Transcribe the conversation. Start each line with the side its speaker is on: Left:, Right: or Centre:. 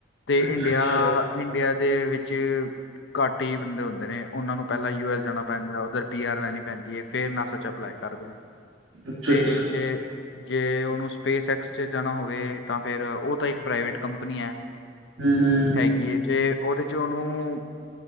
Left: ਤੇ
Right: ਅੱਛਾ
Left: ਇੰਡੀਆ,
Right: ਅੱਛਾ
Left: ਇੰਡੀਆ ਦੇ ਵਿੱਚ ਘੱਟ ਹੀ ਬੰਦੇ ਹੁੰਦੇ ਨੇ ਉਹਨਾਂ ਨੂੰ ਪਹਿਲਾਂ ਯੂ ਐਸ ਜਾਣਾ ਪੈਂਦਾ ਉੱਧਰ ਪੀ ਆਰ ਲੈਣੀ ਪੈਂਦੀ ਹੈ ਫੇਰ ਨਾਸਾ ਚ ਅਪਲਾਈ ਕਰਦੇ ਨੇ,
Right: ਅੱਛਾ
Left: ਤੇ
Right: ਅੱਛਾ
Left: ਜੇ ਜੇ ਉਹਨੂੰ ਸਪੇਸ ਐਕਸ 'ਚ ਜਾਣਾ ਹੋਵੇ ਤਾਂ ਫਿਰ ਉਹ ਤਾਂ ਇੱਕ ਪ੍ਰਾਈਵੇਟ ਕੰਪਨੀ ਹੈ।
Right: ਹੂੰ, ਹੂੰ
Left: ਹੈਗੀ ਹੈ ਤੇ ਉਹਦੇ ਚ ਉਹਨੂੰ